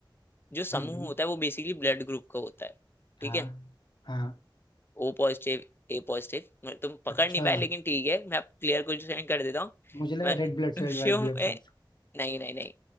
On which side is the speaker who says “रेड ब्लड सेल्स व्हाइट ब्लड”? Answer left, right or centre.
Left